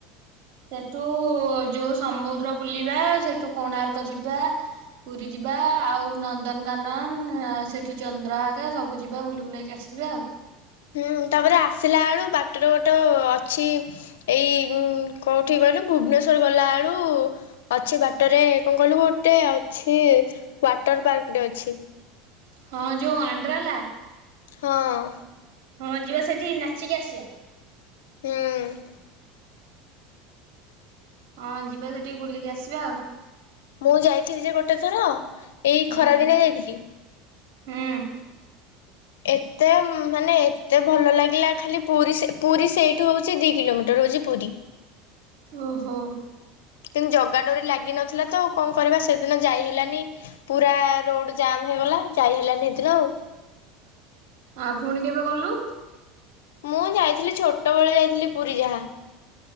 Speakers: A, on the right (about 65°); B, on the left (about 80°).
A: ସେଠୁ ଯଉ ସମୁଦ୍ର ବୁଲିବା ସେଠୁ କୋଣାର୍କ ଯିବା ପୁରୀ ଯିବା ଆଉ ନନ୍ଦନକାନନ୍ ଆ-ସେଠୁ ଚନ୍ଦ୍ରଭାଗା ସବୁ ଯିବା ବୁଲି ବୁଲାକି ଆ ସିବା ଆଉ।
B: ହୁଁ ତାପରେ ଆସିଲା ବେଳୁ ବାଟରେ ଗୋଟେ ଅଛି ଏଇ ଉଁ- କଉଠି କହିଲୁ ଭୁବନେଶ୍ୱର ଗଲାବେଳୁ ଅଛି ବାଟରେ କଣ କହିଲୁ ଗୋଟେ ଅଛି ୱାଟର୍ ପାର୍କ ଟେ ଅଛି।
A: ହଁ ଯଉ ୱାଣ୍ଡ୍ରାଲା।
B: ହଁ।
A: ହଁ ଯିବା ସେଠି ନାଚିକି ଆସିବା।
B: ହୁଁ।
A: ହଁ ଯିବା ସେଠିକି ବୁଲିକି ଆସିବା ଆଉ।
B: ମୁଁ ଯାଇଥିଲି ଯେ ଗୋଟେ ଥର ଏଇ
A: ହୁଁ
B: ଖରାଦିନଆ ଯାଇଥିଲି।
A: ହୁଁ।
B: ଏତେ ମାନେ ଏତେ ଭଲ ଲାଗିଲା ଖାଲି ପୁରୀ ସେ ପୁରୀ ସେଇଠୁ ହୋଉଚି ଦି କିଲୋମିଟର ହୋଉଚି ପୁରୀ।
A: ଓହୋ।
B: କିନ୍ତୁ ଜଗା ଡୋରି ଲାଗିନଥିଲା ତ ଆଉ କଣ କରିବା ସେଦିନ ଯାଇ ହେଲାନି। ପୁରା ରୋଡ଼ ଜାମ୍ ହେଇଗଲା ଯାଇ ହେଲାନି ହେଦିନ ଆଉ।
A: ଆ ଫୁଣି କେବେ ଗଲୁ?
B: ମୁଁ ଯାଇଥିଲି ଛୋଟବେଳେ ଯାଇଥିଲି ପୁରୀ ଯାହା।